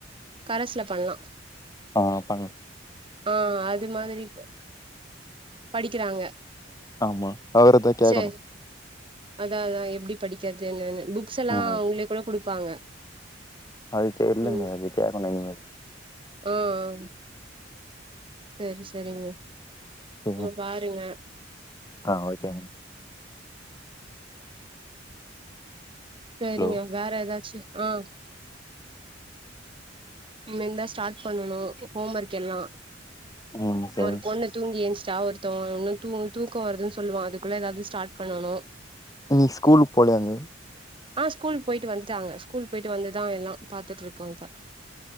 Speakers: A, on the right (about 30°); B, on the left (about 20°).
A: கரஸ்ல பண்லா
B: ஆ பண்
A: ஆ அது மாதிரி படிக்கிறாங்க
B: ஆமா அவரதா கேக்கணு
A: சேரி அதா அதா எப்டி படிக்கற்து என்னன்னு புக்ஸ் எல்லா
B: ம்
A: உள்ளே கூட குடுப்பாங்க
B: அது தெர்லங்க
A: ம்
B: அது கேக்கனு இனிமேல்
A: ஆ ஆம் செர் செரிங்க
B: சரி.
A: ஆமா பாருங்க
B: ஆ ஓகேங்க
A: செரிங்க
B: ஹலோ
A: வேற எதாச்சு ஆ மேந்தா ஸ்டாட் பண்ணுனு ஹோமர்க் எல்லா
B: ம் சரி
A: ஒரு பொண்ணு தூங்கி ஏஞ்ச்டா ஒருத்தவுங்க இன்னு தூ தூக்கோ வருதுன் சொல்லுவா அதுகுள்ள எதாவது ஸ்டாட் பண்ணணு
B: இன்னிக் ஸ்கூலுக்கு போலயாங்க
A: ஆ ஸ்கூல்க்கு போய்ட்டு வந்துட்டாங்க ஸ்கூல் போய்ட்டு வந்துதா எல்லா பாத்துட்ருக்காங் இப்ப